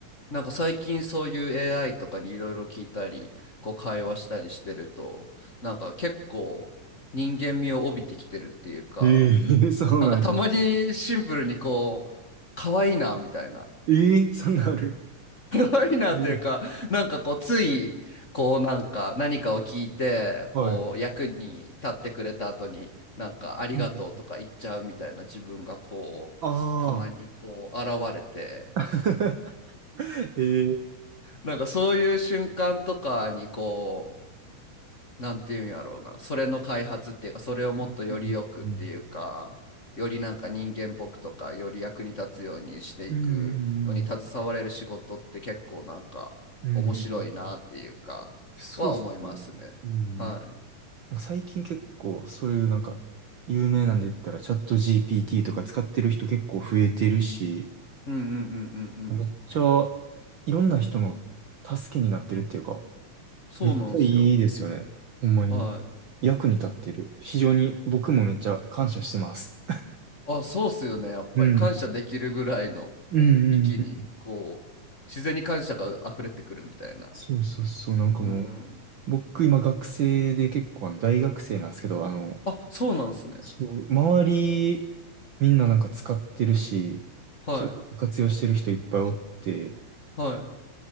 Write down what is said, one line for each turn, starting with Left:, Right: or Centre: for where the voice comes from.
Left: なんか最近そういう AI とかにいろいろ聞いたりこう会話したりしてるとなんか結構人間味を帯びてきてるっていうか
Right: い。ええ <laughs> そうなんや。
Left: なんかたまにシンプルにこう可愛いなみたいな
Right: ええそんなんある。
Left: ごいなというか、
Right: ええ
Left: なんかこう、つい、こう、なんか、何かを聞いて、
Right: はい。
Left: こう、役に立ってくれた後に、なんか、ありがとうとか言っちゃうみたいな自分が、
Right: うん
Left: こう、
Right: ああ。
Left: たまに、こう、現れて、
Right: <laughs> ええ
Left: なんか、そういう瞬間とかに、こなんていうんやろうなそれの開発っていうかそれをもっとよりよくっていうかよりなんか人間っぽくとかより役に立つようにしていくのに携われる仕事って結構なんか面白いなっていうかは思いますね。
Right: うんうんうんうん。うんうんうんうんうんうんうんそうっすよね。うんうん。
Left: はい。
Right: なんか最近結構、そういうなんか、有名なんで言ったら、チャット GPT とか使ってる人結構増えてるし、
Left: うんうんうんうんうん。
Right: めっちゃ、いろんな人の助けになってるっていうか、
Left: そうなんですよ。
Right: めっちゃいいですよね。ほんまに。
Left: はい。
Right: 役に立ってる。非常に僕もめっちゃ感謝してます。
Left: あ、そうっすよね。やっぱり感謝できるぐらいの
Right: <laughs> うん。うんうんうん。
Left: 域にこう自然に感謝が溢れてくるみたいな。
Right: そうそうそう。なんかもう、
Left: うんうん。
Right: 僕今学生で結構あの大学生なんですけど、あの、
Left: あ、そうなんですね。
Right: そう、周り、みんななんか使ってるし、
Left: はい。
Right: そういうこと活用してる人いっぱいおって、
Left: はい。